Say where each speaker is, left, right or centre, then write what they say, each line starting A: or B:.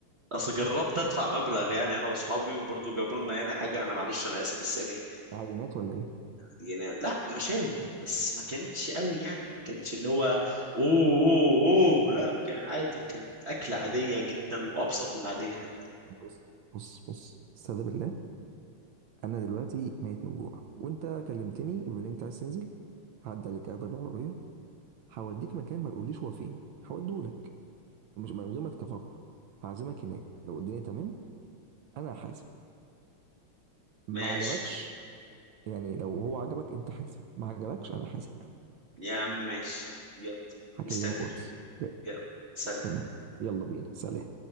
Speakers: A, on the right; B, on the right.
A: اصل جربت ادفع مبلغ يعني انا واصحابي وبرضه جابوا لنا يعني حاجه انا معلش انا اسف بس يعني
B: عينات ولا ايه
A: يعني لا مشاوي بس ما كانتش قوي يعني ما كانتش اللي هو اوه اوه, أوه لا ما كان عادي كانت اكله عاديه جدا وابسط من عاديه حتى
B: طب بص بص بص استهدى بالله انا دلوقتي ميت من الجوع وانت كلمتني بما انك أنت عايز تنزل هعدي عليك اخدك بالعربيه هوديك مكان ما تقوليش هو فين هوديهولك ومش من غير ما تفكر هعزمك هناك لو الدنيا تمام انا حاسب ما
A: ماشي
B: عجبكش يعني لو هو عجبك انت حاسب ما عجبكش انا حاسب يعني
A: يا عم ماشي يلا
B: هكلمك
A: مستني
B: واتس جاي.
A: يلا سلام
B: تمام يلا بينا سلام